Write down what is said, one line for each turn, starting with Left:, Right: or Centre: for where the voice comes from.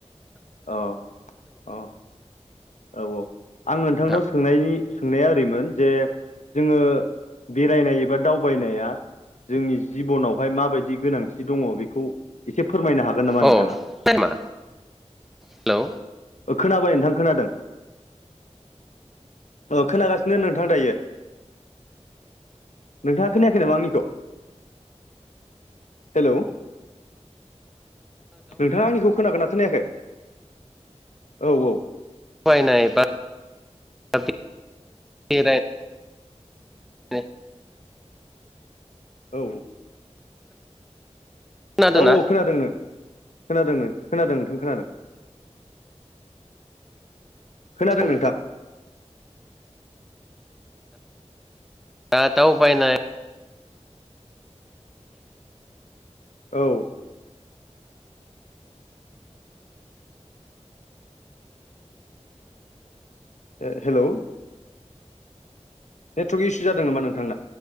Left: अ अ औ औ। आं नोंथांनाव
Centre: नोंथां
Left: सोंनायनि सोंनाया ओरैमोन जे जोङो बेरायनाय एबा दावबायनाया जोंनि जिब'नावहाय माबायदि गोनांथि दङ बेखौ एसे फोरमायनो हागोन नामा नोंथाङा
Centre: अ टाइमा हेलौ
Left: ओ खोनाबाय नोंथां? खोनादों औ खोनागासिनो नोंथां दायो। नोंथां खोनायाखै नामा आंनिखौ हेलौ। नोंथाङा आंनिखौ खोनागोन ना खोनायाखै औ औ।
Centre: बायनाय बा <inaudible> बेराय <inaudible>
Left: औ
Centre: खोनादोंना
Left: औ औ खोनादोंनो खोनादोंनो खोनादों नोंथां खोनादों खोनादों
Centre: औ
Left: नोंथां।
Centre: दा दावबायनाय
Left: औ ओ हेलौ। नेटवर्क इसु जादों नामा नोंथांना?